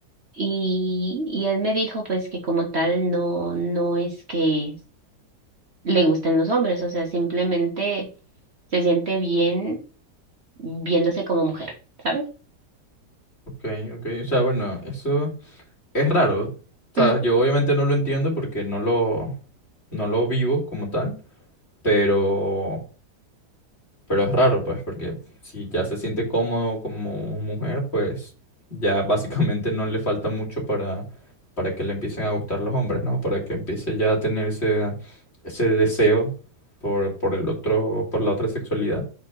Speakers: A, on the right; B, on the left.
A: Y, y él me dijo pues que como tal no, no es que le gusten los hombres, o sea, simplemente se siente bien viéndose como mujer, ¿sabes?
B: Ok, ok, o sea, bueno, eso es raro. O sea,
A: Mm,
B: yo obviamente no lo entiendo porque no lo, no lo vivo como tal, pero Pero es raro, pues, porque si ya se siente cómodo como mujer, pues ya <laughs> básicamente no le falta mucho para, para que le empiecen a gustar los hombres, ¿no? Para que empiece ya a tener ese, ese deseo por, por el otro, por la otra sexualidad.